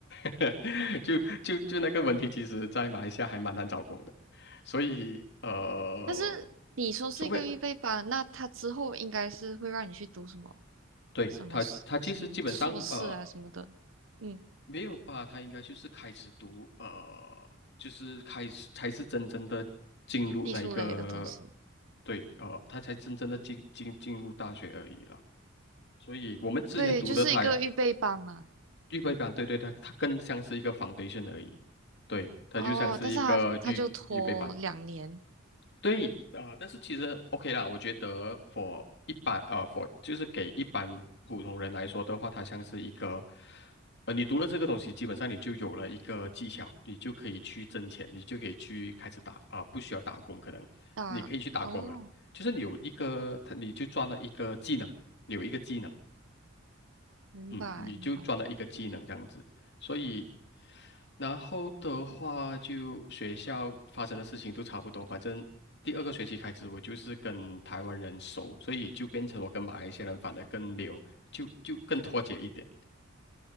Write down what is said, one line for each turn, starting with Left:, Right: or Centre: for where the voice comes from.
Left: <laughs> 就就就那个文凭，其实在马来西亚还蛮难找工的，所以呃，
Right: 但是你说是一个预备班，
Left: 除非
Right: 那他之后应该是会让你去读什么
Left: 对他他其实基本上呃
Right: 什么 s- 什么硕士啊什么的，嗯，
Left: 没有吧，他应该就是开始读呃，就是开始才是真正的进入那一个
Right: 技术类的东西。
Left: 对呃，他才真正的进进进入大学而已啦。所以我们之前读的他。
Right: 对，就是一个预备班嘛。
Left: 预备班，对对，它它更像是一个 foundation 而已，对，它就像是一个预预备班，
Right: 哦，但是他他就拖两年
Left: 对啊、呃但是其实 OK 啦，我觉得 for 一般啊 for 就是给一般普通人来说的话，它像是一个，呃，你读了这个东西，基本上你就有了一个技巧，你就可以去挣钱，你就可以去开始打啊、呃不需要打工，可能你可以去打工了，
Right: 大。哦，
Left: 就是你有一个，它你就赚了一个技能，你有一个技能。
Right: 明白明白，
Left: 嗯，你就赚了一个技能这样子，所以，然后的话就学校发生的事情都差不多，反正第二个学期开始我就是跟台湾人熟，所以就变成我跟马来西亚人反而更没有，就就更脱节一点。